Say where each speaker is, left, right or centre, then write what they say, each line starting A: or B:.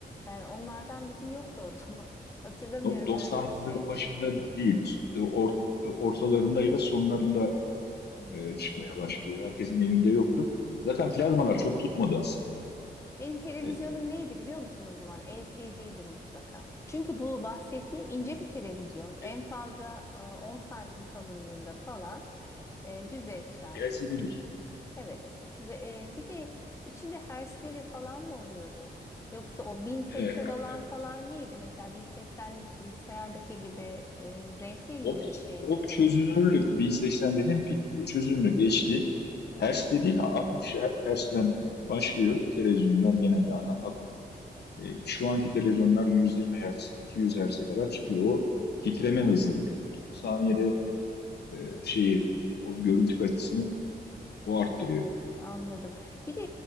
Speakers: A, on the left; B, on the left.
A: Ben onlardan bizim yoktu o zaman. <laughs> Hatırlamıyorum
B: Do- 90'lı
A: öyle bir
B: yılların
A: şey.
B: başında değil, e, or- ortalarında ya da sonlarında
A: Hmm.
B: e, çıkmaya başlıyor. Herkesin evinde yoktu. Zaten plazmalar çok tutmadı aslında.
A: Benim televizyonum
B: E,
A: neydi biliyor musun o zaman? LCD'ydi mutlaka. Çünkü bu bahsettiğim ince bir televizyon.
B: Silikon
A: En fazla e, 10 santim kalınlığında falan e, düz ekran.
B: LCD'dir.
A: Evet. Ve e, bir de içinde hertzleri falan mı oluyordu? Yoksa o 1080
B: Ee,
A: olan
B: evet.
A: falan neydi? Mesela 1080'li bilgisayardaki gibi e, renkle ilgili
B: O,
A: bir şey
B: o
A: miydi?
B: çözünürlük 1080 dediğim pik- çözünürlük HD.
A: Hı
B: Hertz
A: hı.
B: dediğin 60 hertz'den başlıyor televizyonlar genelde ana. at- e, Şu anki televizyonlar 120 Hz, 200 hertz'e kadar çıkıyor. O titreme
A: Hı hı.
B: hızı. Saniyede e, şeyi o görüntü kalitesini o o arttırıyor.
A: Anladım. Bir de